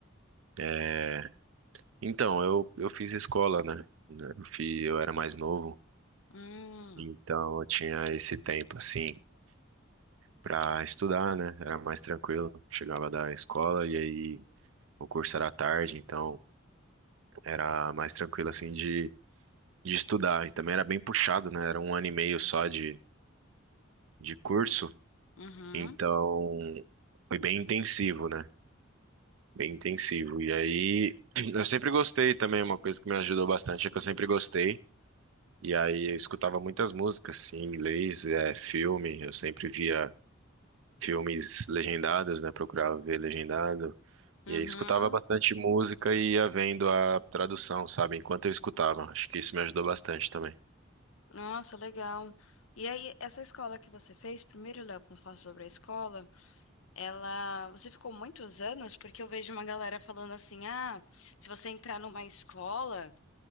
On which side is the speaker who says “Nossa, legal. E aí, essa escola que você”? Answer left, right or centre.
Left